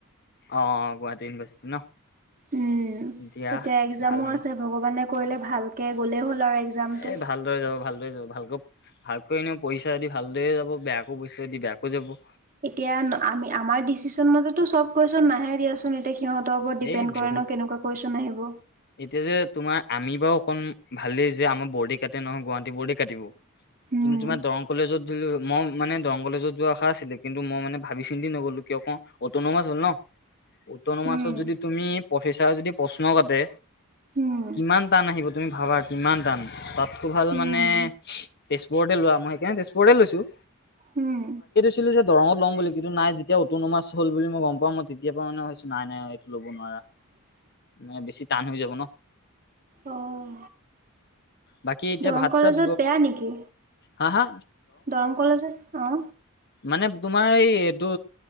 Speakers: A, on the left (about 50°); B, on the right (about 40°).
A: অ গুৱাহাটীত বছো ন।
B: উম,
A: দিয়া
B: এতিয়া একজামো
A: ভাল হ'ব
B: আছে ভগৱানে কৰিলে ভালকে গ'লে হল। আৰু এক্সামটো।
A: এ ভালদৰে যাব ভালদৰে যাব ভালকৈ ভালকৈ আনিব পইচা দি ভালদৰে যাব বেয়াকো পইচা দি বেয়াকৈ যাব।
B: এতিয়া আমি আমাৰ ডিচিচন মাজতো চব কুৱেচন নাহে দিয়াচোন এতিয়া সিহতৰ ওপৰত ডিপেণ্ড
A: এই
B: কৰা
A: বহুত
B: ন কেনেকুৱা কুৱেচন আহিব?
A: এতিয়া যে তোমাৰ আমি বাৰু অকমান ভালেই যে আমাৰ বৰ্ডে কাটে নহয় গুৱাহাটী বৰ্ডে কাটিব। কিন্তু
B: উম,
A: তোমাৰ দৰং কলেজত মই মানে দৰং কলেজত যোৱা আশা আছিলে কিন্তু মই মানে ভাবি চিন্তি নগ'লো কিয় ক অট'ন'মাছ হ'ল ন। অটনমাচত
B: উম,
A: যদি তুমি প্ৰফেচাৰ যদি প্ৰশ্ন কাটে
B: উম,
A: কিমান টান আহিব তুমি ভাবা কিমান টান, তাতকৈ ভাল
B: উম,
A: মানে তেজপুৰতে লোৱা মই সেইকাৰণে তেজপুৰতে লৈছোঁ।
B: উম।
A: আছিলো যে দৰংত ল'ম বুলি কিন্তু নাই যেতিয়া অটনমাচ হল বুলি মই গম পাও মই তেতিয়া পৰা মানে ভাবিছো নাই এইটো ল'ব নোৱাৰা।
B: উ <unintelligible>
A: মানে বেছি টান হৈ যাব ন।
B: অ'
A: বাকি এতিয়া
B: দৰং
A: ভাত
B: কলেজত
A: চাত
B: বেয়া নেকি?
A: হা হা!
B: দৰং কলেজত অ।
A: মানে তোমাৰ এই এইটো